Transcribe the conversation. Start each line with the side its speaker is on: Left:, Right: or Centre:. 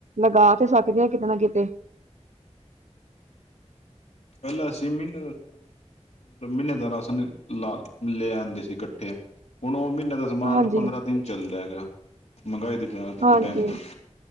Right: ਲਗਾ ਤੇ ਸਕਦੇ ਹ ਕਿਤੇ ਨਾ ਕਿਤੇ
Left: ਪਹਿਲਾਂ ਅਂ ਮਹੀਨ ਦ ਮਤਲਬ ਮਹੀਨੇ ਦਾ ਰਾਸ਼ਨ ਲਾ ਲੈ ਆਉਂਦੇ ਸੀ ਇਕੱਠੇ ਹੁਣ ਉਹ ਮਹੀਨੇ ਦਾ ਸਮਾਨ
Right: ਹਾਂਜੀ
Left: ਪੰਦਰਾਂ ਦਿਨ ਚੱਲਦਾ ਹੈਗਾ ਮਹਿੰਗਾਈ ਦੇਜ ਦੇ
Right: ਹਾਂਜੀ
Left: ਟਾਈਮ ਤੇ